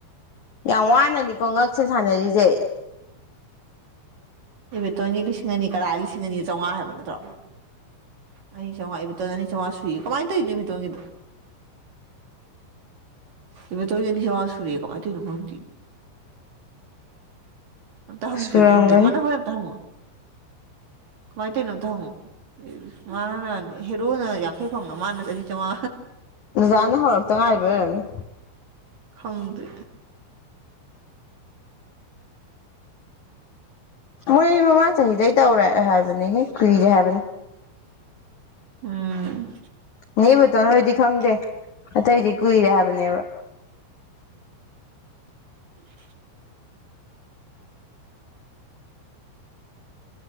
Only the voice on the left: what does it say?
ꯌꯥꯝ ꯋꯥꯅꯅꯤꯀꯣ ꯉꯛꯁꯦ ꯁꯥꯟꯅꯔꯤꯁꯦ
<unintelligible>
ꯁꯨꯔꯝꯒꯅꯤ
ꯑꯣꯖꯥꯅ ꯍꯧꯔꯛꯇ ꯉꯥꯏꯔꯤꯕ ꯑꯣꯏꯔꯝꯅꯤ
ꯃꯣꯏ ꯃꯃꯥꯡ ꯆꯍꯤꯗꯩ ꯇꯧꯔꯦ ꯍꯥꯏꯕꯅꯦꯍꯦ ꯀꯨꯏꯔꯦ ꯍꯥꯏꯕꯅꯤ
ꯅꯅꯤꯕꯨꯇꯣ ꯅꯣꯏꯗꯤ ꯈꯪꯗꯦ ꯑꯇꯩꯗꯤ ꯀꯨꯏꯔꯦ ꯍꯥꯏꯕꯅꯦꯕ